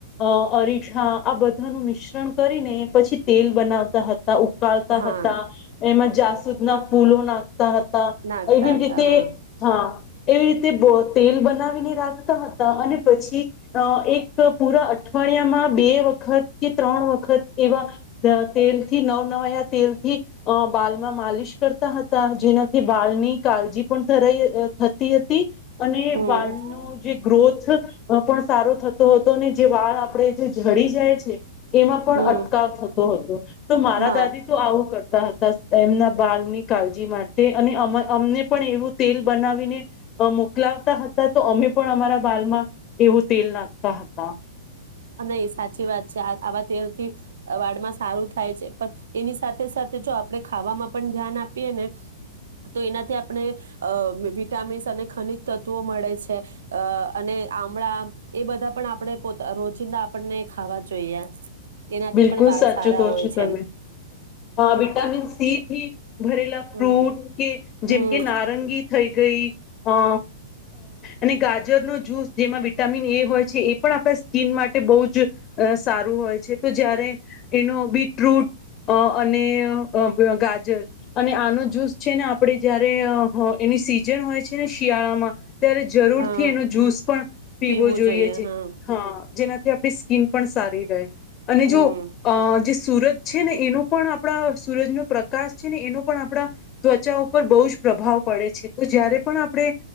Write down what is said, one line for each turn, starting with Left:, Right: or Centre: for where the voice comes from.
Left: અ અરીઠા આ બધાનું મિશ્રણ કરીને પછી તેલ બનાવતા હત તા ઉકાળતા
Right: હા
Left: હતા, <unintelligible> જાસૂદના ફૂલોના તા હતા
Right: નાખતા
Left: એવી રીતે
Right: હતા હા
Left: હા એવી રીતે બોતેલ બનાવીને રાખતા હતા અને પછી એક ત પુરા અઠવાડિયામાં બે વખત કે ત્રણ વખત એવા તેલથી નવ નવાયા તેલ થી અ બાલમાં માલિશ કરતા હતા. જેનાથી બાળની કાળજી પણ <unintelligible> હતી હતી અને
Right: હમ
Left: વાળનો જે ગ્રોથ પણ સારો થતો હતો ને જે વાળ આપણે જે જડી જાય છે, એમાં પણ
Right: હમ
Left: અટકાવ થતો હતો તો મારા
Right: હા
Left: દાદી તો આવું કરતા હતા. દશત એમના બાળની કાળજી માટે તે અને અમ અમને પણ એવું તેલ બનાવીને અ મોકલાવતા હતા તો અમે પણ અમારા બાલમાં એવું તેલ નાખતા હતા.
Right: અને સાચી વાત છે, આ આવા તેલથી વાળમાં સારું થાય છે, પણ એની સાથે સાથે જો આપણે ખાવામાં પણ ધ્યાન આપીએ ને તો એનાથી આપણે વિટામિન્સ અને ખનીજ તત્વો મળે છે, અ અને આમળા એ બધા પણ આપણે પોતા રોજ <unintelligible> આપણને ખાવા જોઈએ. એનાથી
Left: બિલકુલ
Right: પણ વાળ
Left: સાચું
Right: સારા
Left: કહો
Right: હોય
Left: છો, તમે
Right: છે
Left: હા વિટામિન સી થી ભરે પેલા
Right: હમ
Left: ફ્રૂટ કે
Right: હમ
Left: જેમ કે નારંગી થઈ ગઈ અ અને ગાજરનો જ્યૂસ જેમાં વિટામિન એ હોય છે, એ પણ આપણા સ્કીન માટે બહુ જ અ સારું હોય છે. તો જયારે એનો બીટરૂટ અ અને અ ગાજર અને આનો જૂસ છે, ને આપણે જયારે હ એની સીઝન હોય છે, ને શિયાળામાં ત્યારે જરૂર
Right: હા
Left: થી એનો જ્યુસ પણ પીવો
Right: પીવું
Left: જોઈએ
Right: હા
Left: હા જેના આપણી સ્ક્રીન પણ સારી રહે. અને
Right: હમ
Left: જો અ સુરજ છે ને એનો પણ આપડા સૂરજનો પ્રકાશ છે, ને એનો પણ આપણા ત્વચા ઉપર બહુ જ પ્રભાવ પડે છે તો જયારે પણ આપણે